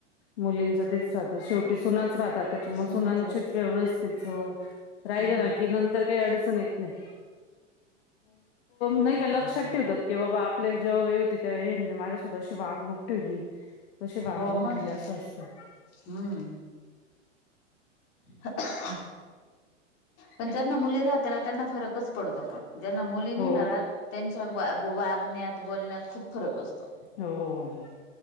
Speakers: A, on the left; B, on the left.
A: मुलींच तेच राहतं शेवटी सुनाच राहतात तेच मग
B: सुनच
A: सुनांशी
B: राह
A: व्यवस्थित राहिलं
B: हम्म
A: ना की नंतर तर काही अडचण येत नाही नाही का लक्षात ठेवत की बाबा आपण. आपल्या जेव्हा वेळ होती त्यावेळी माझ्या सुद्धा अशी वागणूक ठेवली. कशी वागणूक
B: हो मग
A: ठेवली असं असतं
B: हम्म खो.. पण ज्यांना मुली राहतात त्यांना फरकच पडतो पण.. ज्यांना मुली नाही
A: हो
B: ना रहात त्यांच्या वागण्यात, बोलण्यात खूप फरक असतो.
A: हो हो हो हम.